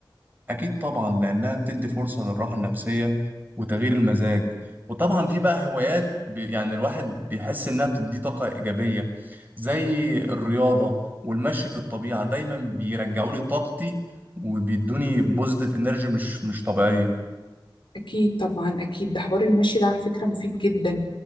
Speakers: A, on the right (about 25°); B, on the left (about 85°).
A: أكيد طبعا لأنها بتدي فرصة للراحة النفسية وتغيير المزاج وطبعا في بقى هوايات ب- يعني الواحد بيحس إنها بتديه طاقة إيجابية زي الرياضة والمشي في الطبيعة دايما بيرجعوا لي طاقتي وبيدوني بوزيتيف انرجي مش مش طبيعية
B: أكيد طبعا أكيد ده حوار المشي ده على فكرة مفيد جدا